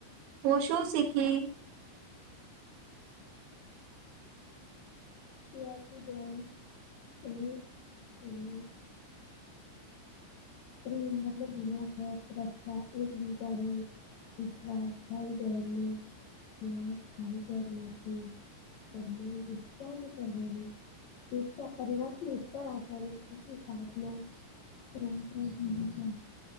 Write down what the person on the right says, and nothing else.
તું શું શીખી?